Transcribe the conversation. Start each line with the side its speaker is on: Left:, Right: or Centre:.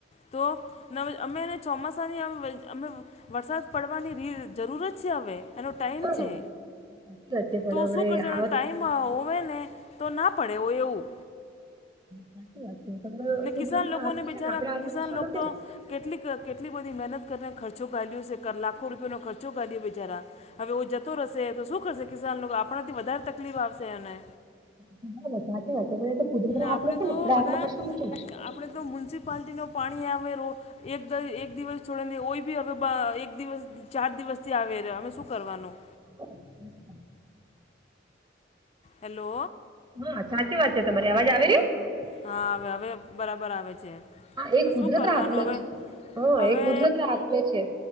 Left: તો અમે એને ચોમાસાની અમે વરસાદ પડવાની જરૂરત છે હવે. એનો ટાઈમ
Right: હ સાચી
Left: છે
Right: વાત છે પણ
Left: તો શું
Right: હવે
Left: કરજો
Right: આવત
Left: એનો ટાઈમ હોવે ને તો ના પડે હો એવું.
Right: સાચી વાત છે
Left: ને
Right: કુદરત
Left: કિસાન
Right: ના
Left: લોકોને
Right: હાથ નથી
Left: બિચારા
Right: ને આપડે આજમાં
Left: કિસાન
Right: કિશો
Left: લોકો
Right: નથી
Left: તો
Right: ને.
Left: કેટલી કેટલી બધી મહેનત કરીને ખર્ચો ઘાઢ્યો છે લાખો રૂપિયાયોનો ખર્ચો કાડીયો બિચારા. હવે ઓ જતો રહેશે તો શું કરશે કિસાન આપણાથી વધારે તકલીફ આવશે અને.
Right: બ બરાબર સાચી વાત છે પણ એ તો કુદરત ના હાથ
Left: આપણે
Right: નથી છે
Left: તો
Right: ને આપણા
Left: બધા
Right: હાથમાં કશું નથી.
Left: આપણે તો મ્યુનિસિપાલટીનો પાણી આવે રોડ. એક દ એક દિવસ છોડને ઓય ભી હવે એક દિવસ. ચાર દિવસથી આવે રહ્યો અમે શું કરવાનું.
Right: હ <unintelligible>
Left: હેલો
Right: હા સાચી વાત છે તમારી અવાજ આવે રહીયો.
Left: હા હવે હવે બરાબર આવે છે
Right: હા એ
Left: તો
Right: કુદરત
Left: શું કરવાનું
Right: ના હાથમાં
Left: હવે.
Right: છે હા
Left: હવે
Right: એ કુદરત હાથમે છે.